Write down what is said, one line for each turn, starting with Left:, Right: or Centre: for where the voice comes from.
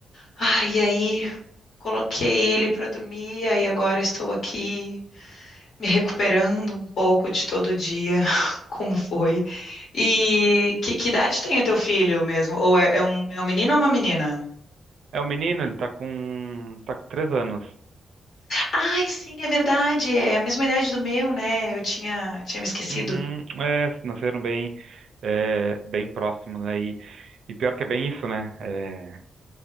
Left: Ai, e aí, coloquei ele para dormir, aí agora estou aqui. me recuperando um pouco de todo dia, <laughs> como foi. E que, que idade tem o teu filho mesmo? Ou é, é um, é um menino ou uma menina?
Right: É o menino, ele tá com, tá com três anos.
Left: Ai, sim, é verdade, é a mesma idade do meu, né? Eu tinha, tinha me esquecido.
Right: Uhum, é, nasceram bem, é, bem próximos, né? E, e pior que é bem isso, né? É,